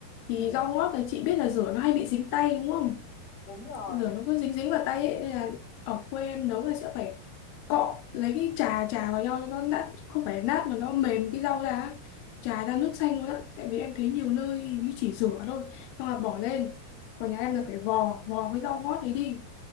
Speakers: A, on the left; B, on the left.
A: ừ
B: thì rau ngót đấy chị biết là rửa nó hay bị dính tay đúng không
A: đúng rồi
B: rửa nó cứ dính dính vào tay ấy nên là ở quê em nấu là sẽ phải cọ lấy cái trà trà vào nhau cho nó nát không phải nát mà nó mềm cái rau ra á. trà ra nước xanh luôn á tại vì em thấy nhiều nơi như chỉ rửa thôi xong là bỏ lên còn nhà em là phải vò vò cái rau ngót đấy đi